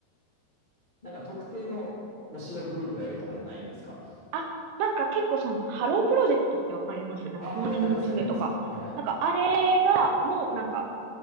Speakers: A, on the left; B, on the right.
A: なんか特定の推しのグループがいるとかじゃないんですか
B: あ、なんか結構その、ハロープロジェクトってわかりますなんか、
A: ああ、
B: モーニング娘。
A: わかりますわかります。
B: とか。
A: はい。
B: なんか、あれが、の、なんか、